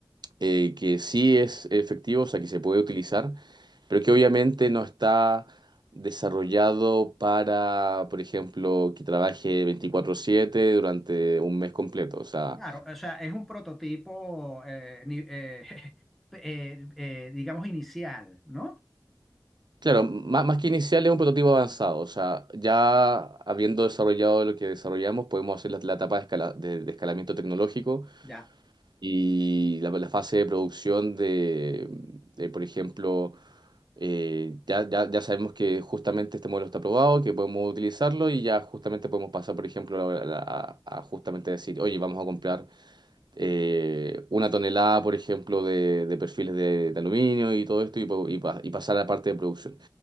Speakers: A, on the right (about 70°); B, in the centre.
A: eh, que sí es efectivo, o sea, que se puede utilizar, pero que obviamente no está desarrollado para, por ejemplo, que trabaje 24/7 durante un mes completo. O sea,
B: Claro, o sea, es un prototipo, eh, ni- eh, <laughs> eh, eh, digamos, inicial, ¿no?
A: Claro, má- más, que inicial es un prototipo avanzado, o sea, ya habiendo desarrollado lo que desarrollamos, podemos hacer la, la etapa de, escala- de- de escalamiento tecnológico
B: Ya.
A: y la, la fase de producción de, de, por ejemplo, eh, ya, ya- ya sabemos que justamente este modelo está aprobado, que podemos utilizarlo y ya justamente podemos pasar, por ejemplo, a, a- a- a justamente decir, oye, vamos a comprar eh, una tonelada, por ejemplo, de, de perfiles de, de aluminio y todo esto y, po- y pa- y pasar a la parte de producción.